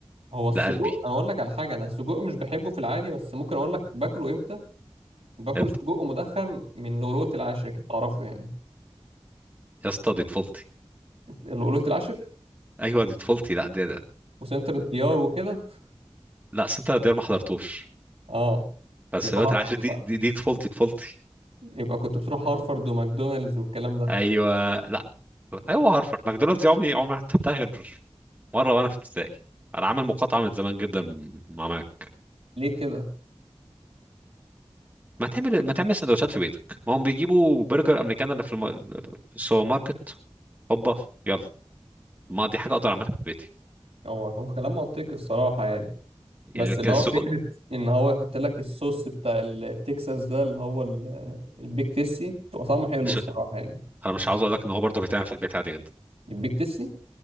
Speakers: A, on the right; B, on the right.
A: هو السجق
B: ده قلبي
A: انا اقول لك على حاجه انا السجق مش بحبه في العادي بس ممكن اقول لك باكله امتى باكل
B: امتى
A: سجق مدخن من لؤلؤة العاشر اكيد تعرفه يعني
B: يا اسطى دي طفولتي
A: لؤلؤة العاشر
B: ايوه دي طفولتي لا ده, ده.
A: وسنتر الديار وكده
B: لا سنتر ديار ما حضرتوش
A: اه
B: بس
A: يبقى
B: دلوقتي
A: هارفرد
B: العاشر دي
A: بقى
B: دي, دي طفولتي طفولتي
A: يبقى كنت بتروح هارفرد وماكدونالدز والكلام ده
B: ايوه لا ايوه هارفرد ماكدونالدز دي عمري عمري ما حتى بتاع غير مره وانا في ابتدائي انا عامل مقاطعه من زمان جدا مع ماك
A: ليه كده
B: ما تعمل ما تعمل سندوتشات في بيتك ما هم بيجيبوا برجر امريكان اللي في, الم... في السوبر ماركت هوبا يلا ما دي حاجه اقدر اعملها في بيتي
A: هو هو كلام منطقي الصراحه يعني بس
B: يعني لكن
A: اللي هو
B: السجق
A: فكرة إن هو يحط لك الصوص بتاع ال- التكساس ده اللي هو ال- البيك تيسي بيبقى طعمه حلو
B: مش
A: الصراحة يعني
B: انا مش عاوز اقول لك ان هو برضه بيتعمل في البيت عادي جدا
A: البيك تيسي